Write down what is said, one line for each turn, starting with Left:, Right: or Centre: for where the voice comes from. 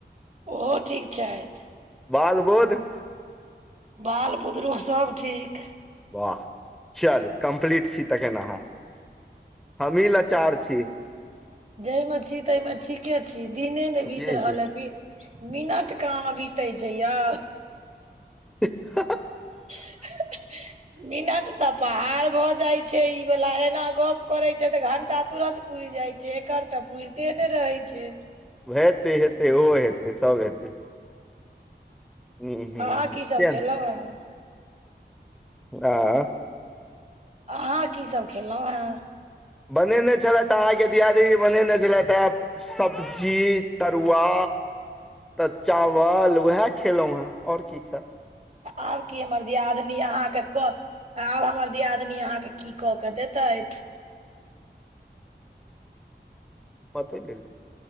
Right: ओहो ठीक छथि।
Centre: बाल बोध।
Right: बाल बुदरुक सब ठीक।
Centre: वाह चलू कमप्लीट छी तखन अहाँ हमही लाचार छी।
Right: जई मे छी तहिमे ठीके छी दिने नहि बीत
Centre: जी
Right: रहल
Centre: जी
Right: ए मि मिनट कहाँ बितै छय यौ।
Centre: <unintelligible>
Right: <inaudible> मिनट तऽ पहाड़ भऽ जाइत छै ई वला एना गप करै छै त घंटा तुरत पूर जाइ छै एकर तऽ पूरते ने रहै छय।
Centre: वै हते हेतै ओहो हेतै सब हेतै। हूँ हूँ
Right: अहाँ की
Centre: किया
Right: सब खेलहुॅं
Centre: नहि
Right: हें?
Centre: आ।
Right: अहाँ की सब खेलहुॅं हेँ?
Centre: बनेने छलथि अहाँके दियादनी बनेने छलथि है। सब्जी तरुआ तऽ चावल उहा खेलहुॅं हें और की खैब।
Right: आब की हमर दियादनी अहाँके क आब हमर दियादनी अहाँके की कऽ कऽ देतैथ
Centre: पते गेलद